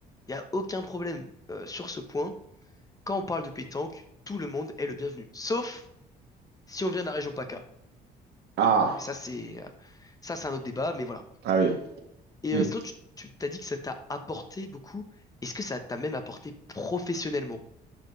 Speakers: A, on the left; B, on the right.
A: Il n'y a aucun problème euh, sur ce point. Quand on parle de pétanque, tout le monde est le bienvenu, sauf si on vient de la région PACA.
B: Ah,
A: Et ça, c'est euh, ça, c'est un autre débat, mais voilà.
B: ah oui.
A: Et
B: hum.
A: euh, sinon, tu, tu t'as dit que ça t'a apporté beaucoup. Est-ce que ça t'a même apporté professionnellement?